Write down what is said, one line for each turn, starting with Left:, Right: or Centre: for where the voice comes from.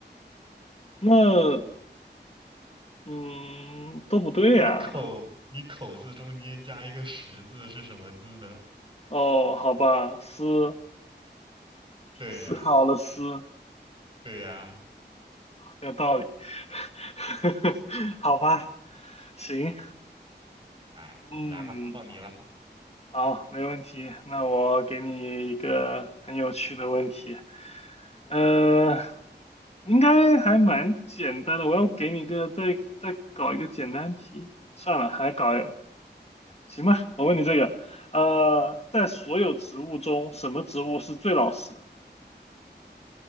Left: 那嗯，都不对呀。
Right: 你口，你口字中间加一个十字是什么字呢？
Left: 哦，好吧，思
Right: 对呀，
Left: 思考了思，
Right: 对呀，
Left: 有道理。<laughs> 好吧，行。
Right: 哎，
Left: 嗯，
Right: 来吧，到你了。
Left: 好，没问题。那我给你一个很有趣的问题，呃，应该还蛮简单的。我要给你一个再再搞一个简单题，算了，还搞行吧。我问你这个，呃，在所有植物中，什么植物是最老实的？